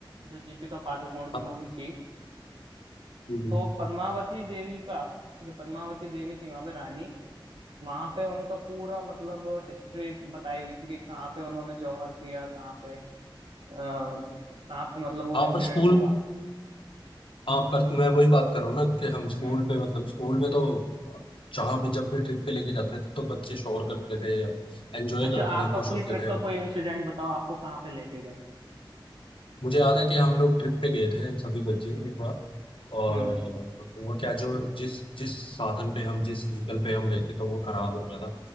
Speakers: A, on the right; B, on the left.
A: जो दीपिका पादुकोण की
B: हाँ
A: मूवी थी
B: हम्म।
A: तो पद्मावती देवी का जो पद्मावती देवी थी वहां पे रानी वहां पे उनका पूरा मतलब हिस्ट्री बताई हुई थी कि कहाँ पे उन्होंने जौहर किया कहाँ पे अ, कहाँ पे मतलब वो
B: हाँ,
A: इंसिडेंट
B: पर स्कूल
A: हुआ
B: हाँ पर मैं वही बात कर रहा हूँ ना कि हम स्कूल
A: हम्म
B: पे मतलब स्कूल में तो अ, जहाँ भी जब भी ट्रिप पे लेके जाते थे तो बच्चे शोर करते थे एंजॉय
A: अच्छा
B: करते
A: आप
B: थे खुश
A: अपनी
B: होते
A: ट्रिप
B: थे
A: का कोई इंसिडेंट बताओ आपको कहाँ पे लेके गए
B: मुझे याद है कि हम लोग ट्रिप पे गए थे सभी बच्चे
A: हम्म
B: एक बार और
A: हम्म
B: अ, वो क्या जो जिस जिस साधन पे हम जिस व्हीकल पे हम गए थे तो वो खराब हो गया था